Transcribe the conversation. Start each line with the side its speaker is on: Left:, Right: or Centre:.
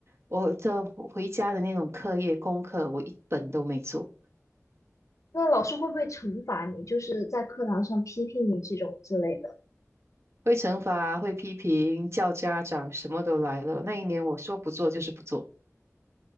Right: 我这回家的那种课业功课，我一本都没做，
Left: 那老师会不会惩罚你，就是在课堂上批评你这种之类的？
Right: 会惩罚，会批评，叫家长，什么都来了。那一年我说不做就是不做。